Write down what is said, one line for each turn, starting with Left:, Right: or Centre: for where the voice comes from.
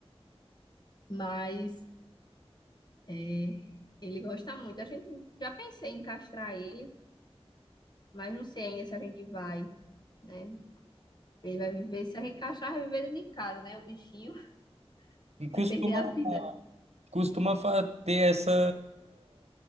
Left: Mas é, ele gosta muito. A gente já pensei em castrar ele, mas não sei ainda se a gente vai, né? Ele vai viver, se a gente castrar, vai viver dentro de casa, né? O bichinho <laughs>
Right: E costuma,
Left: vai perder a vida.
Right: costuma fa- ter essa.